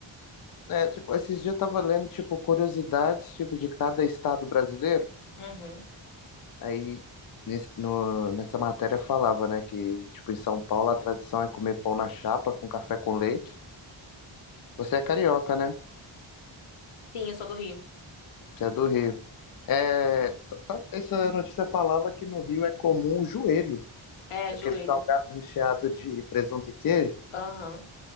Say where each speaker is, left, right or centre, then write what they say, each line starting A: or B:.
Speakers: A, on the left; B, on the left.
A: É, tipo, esses dias eu tava lendo, tipo, curiosidades, tipo, de cada estado brasileiro.
B: Uhum.
A: Aí, nesse- no- nessa matéria falava, né, que, tipo, em São Paulo a tradição é comer pão na chapa com café com leite. Você é carioca, né?
B: Sim, eu sou do Rio.
A: Você é do Rio. É, t- t- essa notícia falava que no Rio é comum o joelho,
B: É,
A: aquele
B: joelho.
A: salgado recheado de presunto e queijo,
B: Aham.